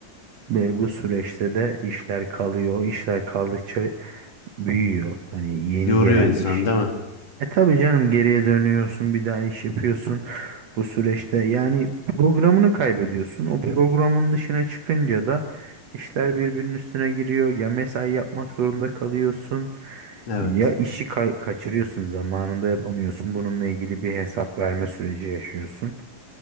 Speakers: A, on the right (about 60°); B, on the left (about 50°).
A: Ve bu süreçte de işler kalıyor. İşler kaldıkça büyüyor. Hani yeni
B: Yoruyor
A: gelen
B: insan
A: iş.
B: değil mi?
A: E tabii canım geriye dönüyorsun bir daha iş yapıyorsun bu süreçte yani programını kaybediyorsun. O programın dışına çıkınca da işler birbirinin üstüne giriyor. Ya mesai yapmak zorunda kalıyorsun
B: Evet.
A: ya işi kay- kaçırıyorsun zamanında yapamıyorsun. Bununla ilgili bir hesap verme süreci yaşıyorsun.